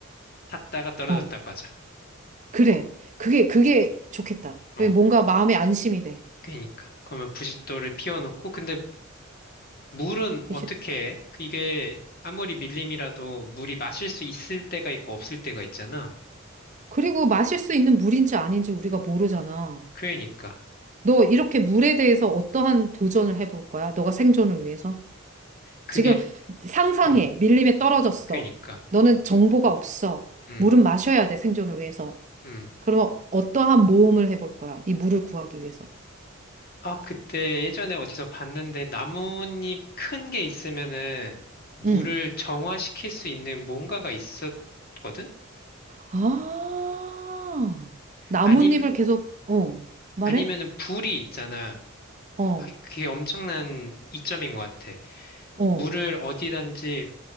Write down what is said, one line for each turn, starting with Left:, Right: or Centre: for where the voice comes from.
Left: 탔다가 떨어졌다고
Right: 어,
Left: 하자.
Right: 그래. 그게, 그게 좋겠다.
Left: 어,
Right: 왜 뭔가 마음에 안심이 돼.
Left: 그러니까. 그러면 부싯돌을 피워놓고, 근데 물은 어떻게
Right: 부싯-
Left: 해? 이게 아무리 밀림이라도 물이 마실 수 있을 때가 있고 없을 때가 있잖아.
Right: 그리고 마실 수 있는 물인지 아닌지 우리가 모르잖아.
Left: 그러니까.
Right: 너 이렇게 물에 대해서 어떠한 도전을 해볼 거야? 너가 생존을 위해서?
Left: 그게,
Right: 지금 상상해.
Left: 어,
Right: 밀림에 떨어졌어.
Left: 그러니까.
Right: 너는 정보가 없어.
Left: 음,
Right: 물은 마셔야 돼, 생존을 위해서.
Left: 음.
Right: 그러면 어떠한 모험을 해볼 거야? 이 물을 구하기 위해서.
Left: 아, 그때 예전에 어디서 봤는데 나뭇잎 큰 게 있으면은 물을
Right: 응.
Left: 정화시킬 수 있는 뭔가가 있었 거든
Right: 아, 나뭇잎을
Left: 아님,
Right: 계속, 어, 말해?
Left: 아니면은 불이 있잖아.
Right: 어,
Left: 아, 그게 엄청난 이점인 것 같아.
Right: 어,
Left: 물을 어디든지